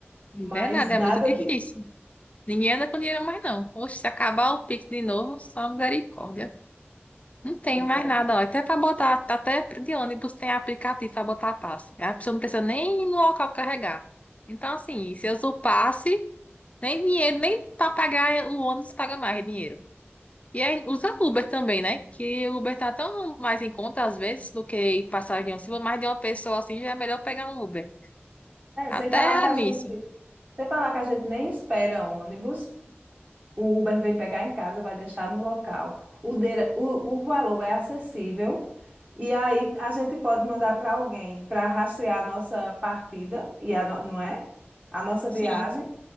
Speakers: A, on the left; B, on the right.
A: verdade,
B: mais nada
A: é muito difícil.
B: disso.
A: Ninguém anda com dinheiro mais, não. Poxa, se acabar o Pix de novo, só misericórdia. Não tenho
B: Pois
A: mais
B: é.
A: nada, ó. Até para botar, até de ônibus tem aplicativo para botar passe. A pessoa não precisa nem ir no local carregar. Então, assim, se eu uso o passe, nem dinheiro, nem para pagar o ônibus paga mais dinheiro. E aí usa Uber também, né? Que o Uber tá tão mais em conta às vezes do que ir passar avião. Se for mais de uma pessoa assim, já é melhor pegar um Uber.
B: É,
A: Até
B: sem falar que a
A: nisso.
B: gente, sem falar que a gente nem espera ônibus O Uber vem pegar em casa, vai deixar no local. O, deira- o, o valor é acessível. E aí a gente pode mandar para alguém para rastrear a nossa partida, e a no- não é? A nossa
A: Sim,
B: viagem.